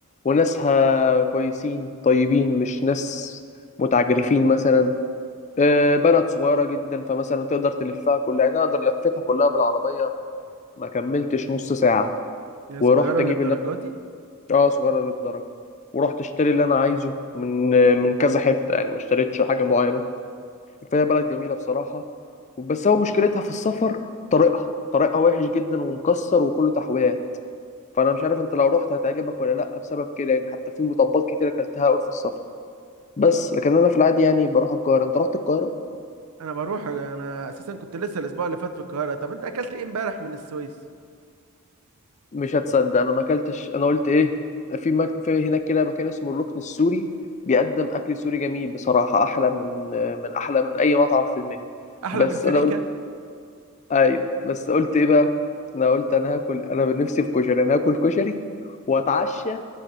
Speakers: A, on the left (about 30°); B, on the right (about 75°).
A: وناسها كويسين طيبين مش ناس متعجرفين مثلا إيه، بلد صغيرة جدا فمثلا تقدر تلفها كلها يعني أنا أقدر لفتها كلها بالعربية ما كملتش نص ساعة
B: هي
A: ورحت
B: صغيرة
A: أجيب
B: للدرجة
A: اللي
B: دي
A: أنا آه صغيرة للدرجة ورحت اشتري اللي أنا عايزه من آه، من كذا حتة يعني ما اشتريتش حاجة معينة فهي بلد
B: مم.
A: جميله بصراحه بس هو مشكلتها في السفر طريقها طريقها وحش جدا ومكسر وكله تحويات فانا مش عارف انت لو رحت هتعجبك ولا لا بسبب كده يعني حتى في مطبات كتير اكلتها قوي في السفر بس لكن انا في العادي يعني بروح القاهره انت رحت القاهره
B: انا بروح انا اساسا كنت لسه الاسبوع اللي فات في القاهرة طب انت اكلت ايه امبارح من السويس
A: مش هتصدق انا ما اكلتش انا قلت ايه في مك... في هناك كده مكان اسمه الركن السوري بيقدم اكل سوري جميل بصراحه احلى من من احلى من اي مطعم في المنيو
B: احلى
A: بس
B: من فريكة
A: انا ايوه بس قلت ايه بقى انا قلت انا هاكل انا بنفسي في كشري انا هاكل كشري واتعشى